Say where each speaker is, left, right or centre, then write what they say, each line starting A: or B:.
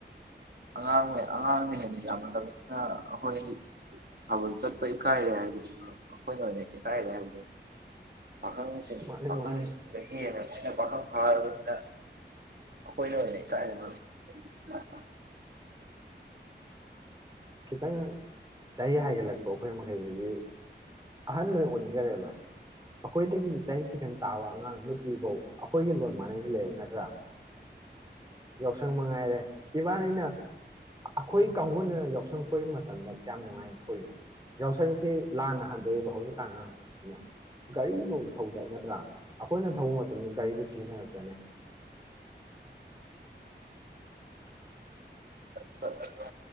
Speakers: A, on the right (about 60°); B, on the right (about 20°).
A: ꯑꯉꯥꯡ ꯑꯉꯥꯡꯅ ꯍꯦꯟꯅ ꯌꯥꯝꯅꯂꯃꯤꯅ ꯑꯩꯈꯣꯏ ꯊꯥꯕꯜ ꯆꯠꯄ ꯏꯀꯥꯏꯔꯦ ꯍꯥꯏꯕꯗꯨ ꯑꯩꯈꯣꯏꯅ ꯑꯣꯏꯅ ꯏꯀꯥꯏꯔꯦ ꯍꯥꯏꯕꯗꯨꯦ ꯄꯈꯥꯪ ꯁꯥꯔꯤ
B: ꯃꯥꯅꯦ
A: ꯄꯈꯪꯗꯒꯤ
B: ꯃꯥꯅꯦ
A: ꯍꯦꯅꯟ <unintelligible> ꯄꯥꯈꯥꯪ ꯐꯥꯔꯕꯅꯤꯟ ꯑꯩꯈꯣꯌꯅ ꯍꯦꯟꯅꯥ ꯏ ꯃꯔꯨꯞ
B: ꯈꯤꯇꯪ ꯆꯍꯤ ꯍꯥꯏꯒꯠꯂꯛꯄ ꯑꯩꯈꯣꯏ ꯃꯈꯩꯁꯤꯗꯤ ꯑꯍꯜ ꯂꯣꯏ ꯑꯣꯏꯅꯈꯔꯦꯕ ꯑꯩꯈꯣꯏꯗꯒꯤ ꯆꯍꯤ ꯈꯤꯇꯪ ꯇꯥꯕ ꯑꯉꯥꯡ ꯅꯨꯄꯤ ꯐꯧ ꯑꯩꯈꯣꯏꯒꯤ ꯂꯣꯟ ꯃꯥꯟꯅꯁꯤꯜꯂꯛꯑꯦꯕ ꯅꯠꯇ꯭ꯔꯥ ꯌꯥꯎꯁꯪ ꯃꯉꯥꯏꯔꯦ ꯏꯕꯥꯅꯤꯅ ꯑꯩꯈꯣꯏ ꯀꯥꯡꯕꯨꯅ ꯌꯥꯎꯁꯪ ꯌꯥꯎꯁꯪ ꯀꯣꯏꯕ ꯃꯇꯝꯗ ꯀꯌꯥꯝ ꯅꯨꯡꯉꯥꯏ ꯑꯩꯈꯣꯏꯕꯨ ꯌꯥꯎꯁꯪꯁꯤ ꯂꯥꯟꯅ ꯍꯟꯗꯣꯛꯑꯦꯕ ꯍꯧꯖꯤꯛꯀꯥꯟ ꯑꯥꯡꯁꯤꯅ ꯒꯥꯔꯤꯅꯧ ꯊꯧꯗ ꯅꯠꯇ꯭ꯔꯥ ꯑꯩꯈꯣꯏꯅ ꯊꯧꯕ ꯃꯇꯝꯗ ꯒꯥꯔꯤꯕꯨ ꯁꯤꯖꯤꯟꯅꯔꯛꯄ꯭ꯔꯅꯦ
A: ꯆꯠꯂꯒ